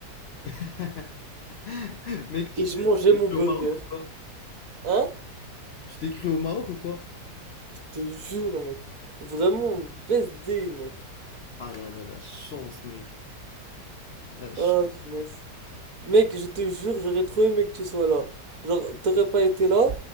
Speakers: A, on the left; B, on the right.
A: <laughs> Mec, tu
B: Et je mangeais
A: t'es
B: mon
A: cru
B: burger.
A: au Maroc ou pas?
B: Hein?
A: Tu t'es cru au Maroc ou quoi?
B: Je te jure, mec. Vraiment, best day, mec.
A: Ah là là, la chance, mec. La chance.
B: Oh, finance Mec, je te jure, j'aurais trop aimé que tu sois là. Genre, t'aurais pas été là,